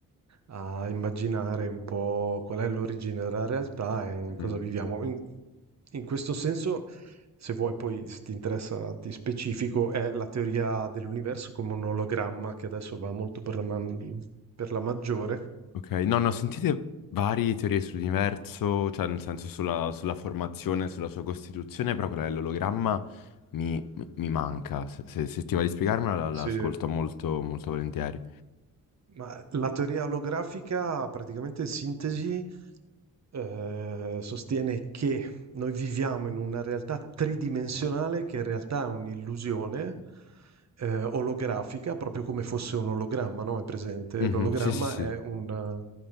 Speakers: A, on the right (about 55°); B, on the left (about 80°).
A: a immaginare un po' qual è l'origine della realtà e in
B: Mhm,
A: cosa viviamo. In, in questo senso, se vuoi poi, se ti interessa, ti specifico, è la teoria dell'universo come un ologramma, che adesso va molto per la, man- per la maggiore.
B: Ok. No, no, sentite varie teorie sull'universo, cioè nel senso sulla, sulla formazione, sulla sua costituzione, però quella dell'ologramma mi, mi manca. Se, se, se ti va di spiegarmela, la, la
A: Sì.
B: ascolto molto, molto volentieri.
A: Ma la teoria olografica, praticamente in sintesi, eh, sostiene che noi viviamo in una realtà tridimensionale che in realtà è un'illusione eh, olografica, proprio come fosse un ologramma, no? È presente?
B: Mh-mh.
A: L'ologramma
B: Sì, sì, sì.
A: è un, eh,